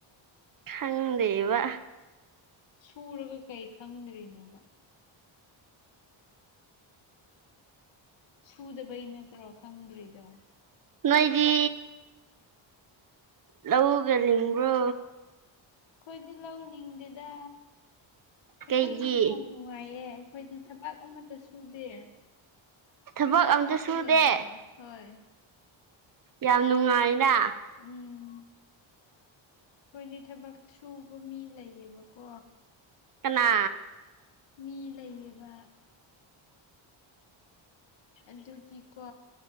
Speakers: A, on the right (about 45°); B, on the left (about 65°).
A: ꯈꯪꯗꯦꯕ
B: ꯁꯨꯔꯒ ꯀꯩ ꯈꯪꯗ꯭ꯔꯤꯅꯣꯕ ꯁꯨꯗꯕꯩ ꯅꯠꯇ꯭ꯔꯣ ꯈꯪꯗ꯭ꯔꯤꯗꯣ
A: ꯅꯣꯏꯗꯤ ꯂꯧꯒ ꯂꯤꯡꯕ꯭ꯔꯣ
B: ꯑꯈꯣꯏꯗꯤ ꯂꯧ ꯂꯤꯡꯗꯦꯗ
A: ꯀꯩꯒꯤ
B: ꯑꯈꯣꯏꯗꯤ ꯌꯥꯝ ꯅꯨꯡꯉꯥꯏꯌꯦ ꯑꯩꯡꯈꯣꯏꯗꯤ ꯊꯕꯛ ꯑꯃꯇ ꯁꯨꯗꯦ
A: ꯊꯕꯛ
B: ꯌꯨꯝꯗ
A: ꯑꯝꯇ
B: ꯈꯛꯇ
A: ꯁꯨꯗꯦ
B: ꯂꯩꯌꯦ ꯍꯣꯏ
A: ꯌꯥꯝ ꯅꯨꯡꯉꯥꯏꯅ
B: ꯎꯝ ꯑꯩꯣꯏꯗꯤ ꯊꯕꯛ ꯁꯨꯕ ꯃꯤ ꯂꯩꯌꯦꯕꯀꯣ
A: ꯀꯅꯥ
B: ꯃꯤ ꯂꯩꯌꯦꯕ ꯑꯗꯨꯒꯤꯀꯣ